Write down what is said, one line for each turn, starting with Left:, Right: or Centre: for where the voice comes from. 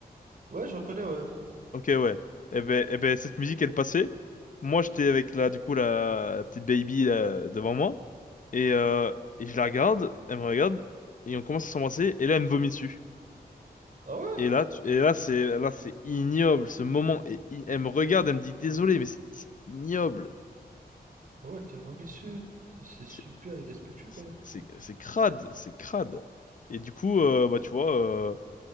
Right: Ouais, je reconnais, ouais.
Left: Ok, ouais. Eh ben, eh ben, cette musique, elle passait. Moi, j'étais avec la, du coup, la, petite baby là, devant moi. Et, euh, et je la regarde, elle me regarde, et on commence à s'embrasser, et là, elle me vomit dessus.
Right: Ah ouais?
Left: Et là, tu- et là, c'est, là, c'est ignoble, ce moment. Et i- elle me regarde, elle me dit, désolé, mais c'est c'est ignoble.
Right: Bah ouais, elle te vomit dessus. C'est c'est super
Left: C'est,
Right: irrespectueux, quand
Left: c'est,
Right: même.
Left: c'est c'est crade, c'est crade. Et du coup, euh, bah, tu vois, euh,